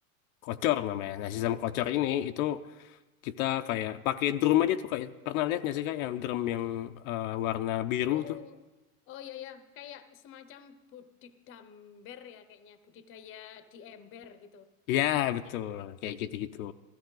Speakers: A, on the left; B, on the left.
A: kocor namanya. Nah, sistem kocor ini itu kita kayak pakai drum aja tuh kayak pernah lihat nggak sih Kak yang drum yang eh, warna biru
B: Oh,
A: tuh
B: oh ya ya, kayak semacam budik damber ya kayaknya budidaya di ember gitu.
A: Ya, betul.
B: Kayak,
A: Kayak gitu-gitu.